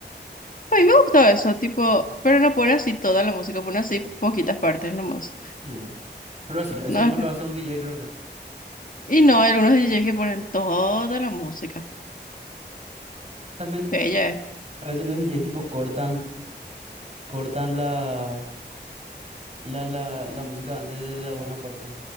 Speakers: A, on the left (about 50°); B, on the right (about 35°).
A: A mí me gustó eso, tipo, pero no pone así toda la música, pone así poquitas partes nomás.
B: Eh, Pero así, no- eso
A: No,
B: nomás lo hace un DJ, creo yo.
A: Y no, hay algunos DJs que ponen toda la música.
B: También
A: Ella es.
B: a veces los DJs tipo cortan, cortan la, la, la, la música antes de la buena parte.